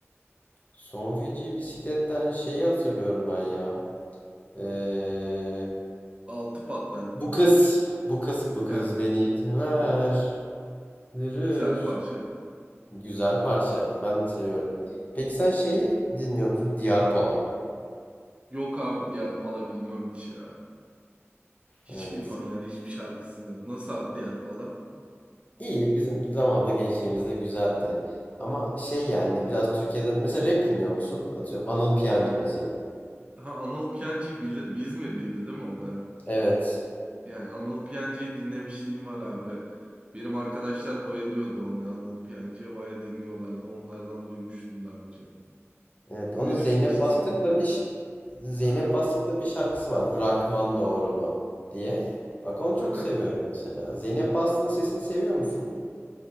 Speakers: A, on the left; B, on the right.
A: Son feci bisikletten şeyi hatırlıyorum ben ya. Ee,
B: Altı patlar mı?
A: bu kız bu kız bu kız
B: Ya,
A: beni yeter. Dürür.
B: güzel parça.
A: Güzel parça. Ben seviyorum. Peki
B: Hı.
A: sen şeyi dinliyor musun? Diyarpala.
B: Yok abi diğer pala bilmem hiç ya. Hiç
A: Evet.
B: bilmem yani hiçbir şarkısını. Nasıl abi diğer pala?
A: İyi. Bizim zamanda gençliğimizde güzeldi. Ama şey yani biraz Türkiye'den mesela rap dinliyor musun? Atıyorum Anıl Piyancı mesela.
B: Ha Anıl Piyancı'yı bilirim. İzmirliydi değil mi o da?
A: Evet.
B: Yani Anıl Piyancı'yı dinlemişliğim var abi. Benim arkadaşlar bayılıyordu ona. Anıl Piyancı'ya bayağı dinliyorlardı. Onlardan duymuştum daha önce.
A: Evet.
B: Ne
A: Onun Zeynep
B: düşünüyorsun
A: Bastık'la
B: sen Anıl Piyancı?
A: bir ş-
B: hakkında?
A: Zeynep
B: Aha,
A: Bastık'la bir şarkısı var. Bırakman doğru mu diye. Bak onu
B: aha.
A: çok seviyorum mesela. Zeynep Bastık'ın sesini seviyor musun?